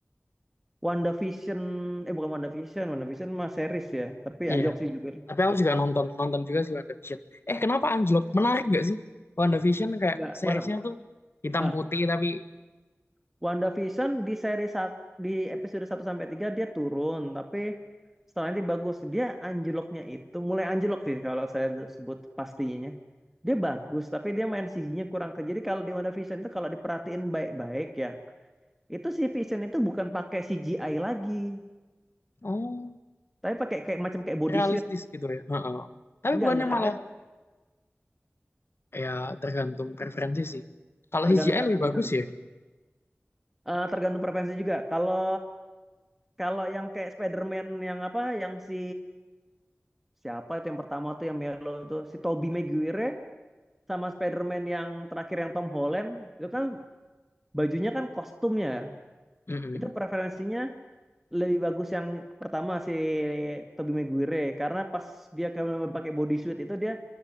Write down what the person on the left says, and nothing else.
iya
Tapi aku juga nonton nonton juga sih WandaVision. Eh kenapa anjlok? Menarik nggak sih WandaVision kayak
seriesnya
tuh hitam
putih tapi
oh
realistis
gitu ya. Heeh. Tapi
bukannya
malah ya tergantung preferensi sih. Kalau
CGI
lebih bagus
ya.
Mm-mm.